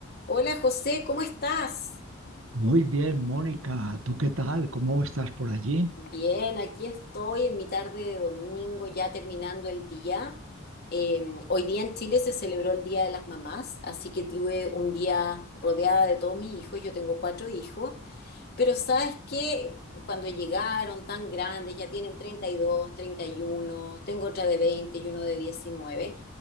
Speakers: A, on the left; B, on the right.
A: Hola José, ¿cómo estás?
B: Muy bien, Mónica, ¿tú qué tal? ¿Cómo estás por allí?
A: Bien, aquí estoy en mi tarde de domingo, ya terminando el día. Eh, hoy día en Chile se celebró el Día de las Mamás, así que tuve un día rodeada de todos mis hijos. Yo tengo cuatro hijos, pero sabes que cuando llegaron tan grandes, ya tienen treinta treinta y dos, treinta y uno. tengo otra de 20, y uno de 19.